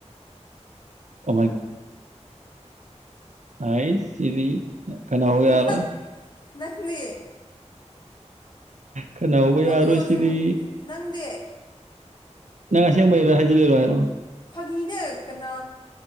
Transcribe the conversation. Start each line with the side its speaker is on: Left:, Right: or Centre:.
Right: ꯀꯃꯥꯏ ꯑꯩ ꯁꯤꯗꯤ ꯀꯅꯥꯧ
Left: ꯅꯪ
Right: ꯌꯥꯔꯣꯏ
Left: ꯅꯪꯗꯤ
Right: ꯀꯅꯥ ꯍꯧꯕ
Left: ꯅꯣꯛꯀꯅꯨ
Right: ꯌꯥꯔꯔꯣꯏ
Left: ꯑꯁꯦꯡꯕ
Right: ꯁꯤꯗꯤ
Left: ꯅꯪꯗꯤ
Right: ꯅꯪ ꯑꯁꯦꯡꯕꯩꯔꯣ ꯍꯥꯏꯖꯤꯜꯂꯤꯔꯣ ꯍꯥꯏꯔꯣ
Left: ꯐꯥꯒꯤꯅꯦ ꯀꯅꯥ